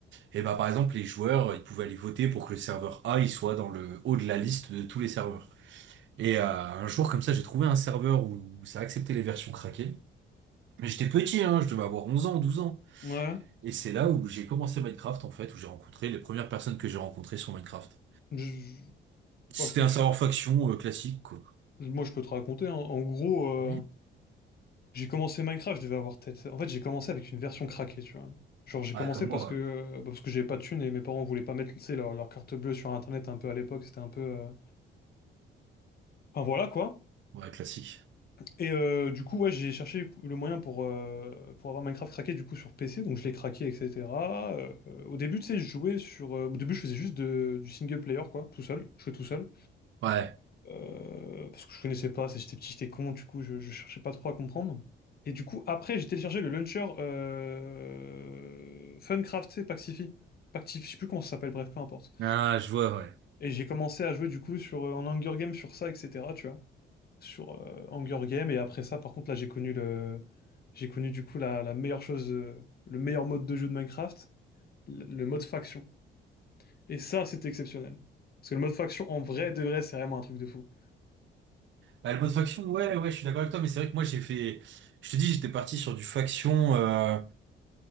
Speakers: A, on the right; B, on the left.
A: et ben par exemple les joueurs, euh, ils pouvaient aller voter pour que le serveur A il soit dans le haut de la liste de tous les serveurs. Et euh, un jour comme ça, j'ai trouvé un serveur où, où ça acceptait les versions craquées. Mais j'étais petit, hein, je devais avoir 11 ans, 12 ans.
B: Ouais.
A: Et c'est là où j'ai commencé Minecraft en fait, où j'ai rencontré les premières personnes que j'ai rencontrées sur Minecraft.
B: Je- je-
A: C'était
B: bon, je peux-
A: un
B: je-
A: serveur faction euh, classique quoi.
B: moi, je peux te raconter, hein. En gros, euh,
A: Mhm.
B: j'ai commencé Minecraft, je devais avoir peut-être... En fait, j'ai commencé avec une version craquée, tu vois. Genre, j'ai
A: Ouais,
B: commencé
A: comme
B: parce
A: moi.
B: que, euh, bah, parce que j'avais pas de thunes et mes parents voulaient pas mettre, tu sais, leur, leur carte bleue sur Internet un peu à l'époque, c'était un peu... euh, Enfin, voilà, quoi.
A: Ouais, Ouais, classique.
B: Et euh, du coup, ouais, j'ai cherché le moyen pour, euh, pour avoir Minecraft craqué du coup sur PC, donc je l'ai craqué, etc. Euh, euh, au début, tu sais, je jouais sur. euh, au début, je faisais juste de- du single player, quoi, tout seul. Je jouais tout seul.
A: Ouais.
B: Euh, parce que je connaissais pas, c'est- j'étais petit, j'étais con, du coup, je, je cherchais pas trop à comprendre. Et du coup, après, j'ai téléchargé le launcher euh, Funcraft, tu sais, Pactify. Pactify, je sais plus comment ça s'appelle, bref, peu importe.
A: Ah, je vois, ouais.
B: Et j'ai commencé à jouer du coup sur, euh, en Hunger Games sur ça, etc., tu vois sur euh, Hunger Games. Et après ça, par contre, là, j'ai connu le, j'ai connu du coup la, la meilleure chose, euh, le meilleur mode de jeu de Minecraft, le, le mode faction. Et ça, c'était exceptionnel. Parce que le mode faction, en vrai, de vrai, c'est vraiment un truc de fou.
A: Bah, le mode faction, ouais, ouais, je suis d'accord avec toi, mais c'est vrai que moi j'ai fait. Je te dis, j'étais parti sur du faction. euh,